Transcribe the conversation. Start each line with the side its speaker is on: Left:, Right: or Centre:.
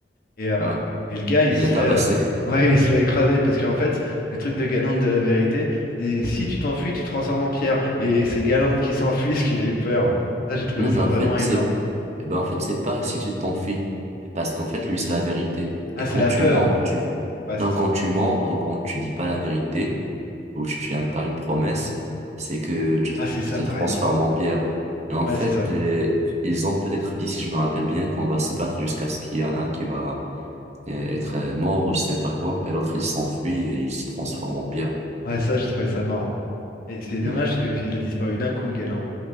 Left: Et, euh,
Right: ouais,
Left: et le gars, il
Right: il
Left: se
Right: l'a tabassé.
Left: fait, euh, <laughs> ouais,
Right: <laughs>
Left: il se fait écraser parce qu'en fait, le truc de Galante de la vérité, c'est si tu t'enfuis, tu te transformes en pierre. Et c'est Galante qui s'enfuit parce <laughs> qu'il a eu peur. Ça, j'ai trouvé
Right: Non,
Left: ça
Right: mais en
Left: vraiment
Right: fait,
Left: énorme.
Right: c'est, eh ben, en fait, c'est pas si tu t'en fies. Parce qu'en fait, lui, c'est la vérité.
Left: Ah,
Right: Et
Left: c'est
Right: quand
Left: la
Right: tu
Left: peur.
Right: mens, tu,
Left: C'est- Ouais, c'est
Right: non,
Left: ça.
Right: quand tu mens, ou quand tu dis pas la vérité, où tu tiens pas une promesse, c'est que tu te,
Left: Ah, c'est ça,
Right: te transformes
Left: t'as raison.
Right: en pierre. Et en
Left: Ouais,
Right: fait,
Left: c'est ça.
Right: les- ils ont peut-être dit, si je me rappelle bien, qu'on va se battre jusqu'à ce qu'il y a un qui va euh, être euh, mort ou je sais pas quoi, et l'autre il s'enfuit et il se transforme en pierre.
Left: Ouais, ça, j'ai trouvé ça marrant. Et c'est dommage
Right: Hmm.
Left: parce qu'il a disparu d'un coup, Galand.